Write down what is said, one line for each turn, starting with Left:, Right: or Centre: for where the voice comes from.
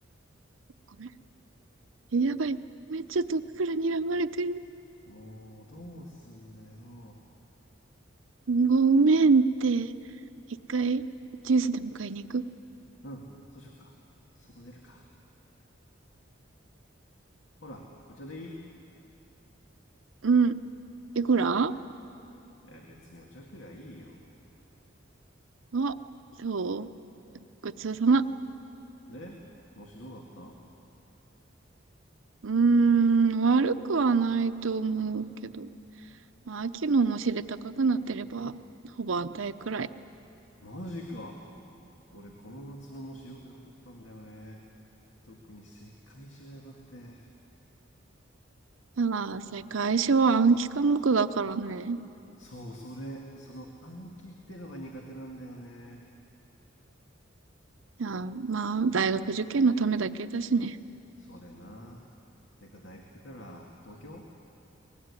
Right: めん。やばい。めっちゃ遠くから睨まれてる。
Left: もう、どうすんだよ。
Right: ごめんって。一回、ジュースでも買いに行く。
Left: うん、そうしよっか。外出るか。ほら、お茶でいい
Right: うん。いくら
Left: え、別にお茶くらいいいよ。
Right: あ、そう。ごちそうさま。
Left: で、模試どうだった
Right: うーん、悪くはないと思うけど。まあ、秋のもしれ高くなってれば、ほぼ安泰くらい。
Left: マジか。俺、この夏の模試良くなかったんだよね。特に世界史がやばくて
Right: ああ、世界史は暗記科目だからね。
Left: そうそれその暗記ってのが苦手なんだよね
Right: ああ、まあ、大学受験のためだけだしね。
Left: それなてか大学来たら東京